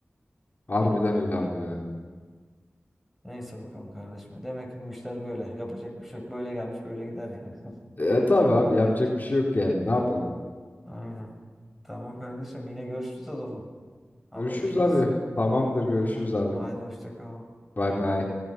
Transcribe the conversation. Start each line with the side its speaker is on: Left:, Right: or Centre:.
Left: harbiden öyle abi ya.
Centre: Neyse bakalım kardeşim. Demek ki bu işler böyle. Yapacak bir şey yok. Böyle gelmiş, böyle gider yani. <laughs>
Left: E, tabii abi yapacak bir şey yok yani ne yapalım.
Centre: Aynen. Tamam kardeşim. Yine görüşürüz o zaman. Haberleşiriz.
Left: Görüşürüz abi. Tamamdır görüşürüz
Centre: Tamam.
Left: abi.
Centre: Haydi hoşça kal.
Left: Bay bay.